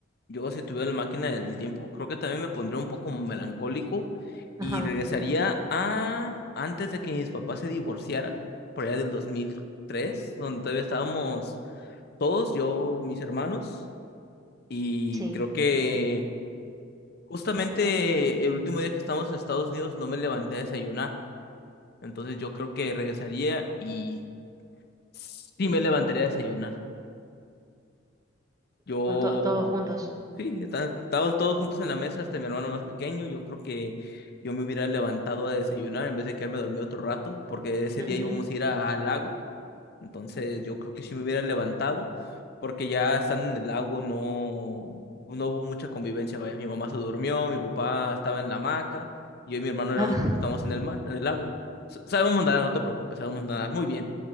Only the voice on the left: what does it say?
Yo, si tuviera la máquina del tiempo, creo que también me pondría un poco melancólico
y regresaría a antes de que mis papás se divorciaran, por allá del 2003, donde todavía estábamos todos, yo, mis hermanos, y
creo que justamente el último día que estábamos en Estados Unidos no me levanté a desayunar, entonces yo creo que regresaría y sí me levantaría a desayunar. Yo
Sí, está- estábamos todos juntos en la mesa, hasta mi hermano más pequeño. Yo creo que yo me hubiera levantado a desayunar en vez de quedarme dormido otro rato, porque ese
día íbamos a ir a- al lago. Entonces yo creo que sí me hubiera levantado, porque ya estando en el lago no, no hubo mucha convivencia, vaya, mi mamá se durmió, mi papá estaba en la hamaca, y yo y mi hermano
éramos, estábamos en el mar, en el lago. S- Sabemos nadar, no te preocupes, sabemos nadar muy bien.